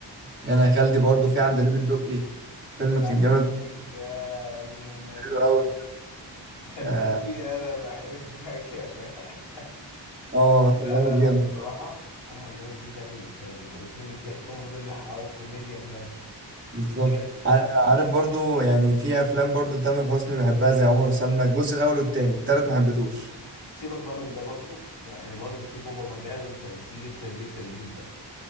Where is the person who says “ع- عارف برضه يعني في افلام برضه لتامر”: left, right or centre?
Right